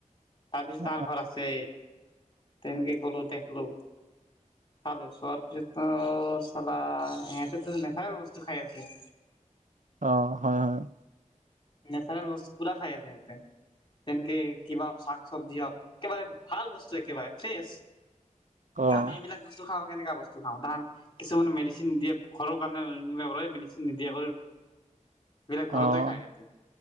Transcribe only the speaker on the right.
অ',
অঁ, হয়, হয়।
অ',
অ',